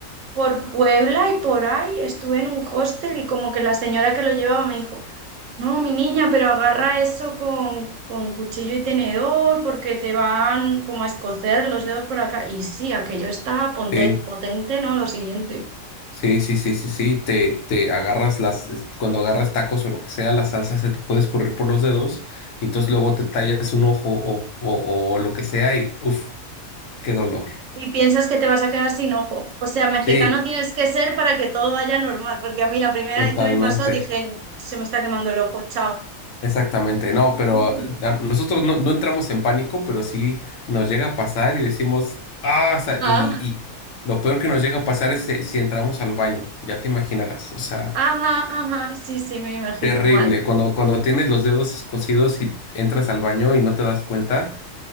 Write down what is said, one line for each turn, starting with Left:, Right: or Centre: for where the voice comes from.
Right: por Puebla y por ahí estuve en un hostel y como que la señora que lo llevaba me dijo, no, mi niña, pero agarra eso con, con cuchillo y tenedor porque te van como a escocer los dedos por acá. Y sí, aquello está ponte-
Left: Sí,
Right: potente, ¿no? Lo siguiente.
Left: sí, sí, sí, sí, sí. Te, te agarras las, es- cuando agarras tacos o lo que sea, la salsa se te puede escurrir por los dedos y entonces luego te tallas un ojo o, o, o lo que sea y uff. Qué dolor.
Right: Y piensas que te vas a quedar sin ojo. O sea, mexicano
Left: Sí,
Right: tienes que ser para que todo vaya normal, porque a mí la primera
Left: totalmente.
Right: vez que me pasó dije, se me está quemando el ojo, chao.
Left: Exactamente. No,
Right: <laughs>
Left: pero eh, a- nosotros no, no entramos en pánico, pero sí nos llega a pasar y decimos, ah, o sea,
Right: Ah,
Left: y, y lo peor que nos llega a pasar es si, si entramos al baño, ya te imaginarás. O sea,
Right: ajá, ajá, sí, sí, me imagino
Left: terrible.
Right: mal.
Left: Cuando, cuando tienes los dedos escocidos y entras al baño y no te das cuenta,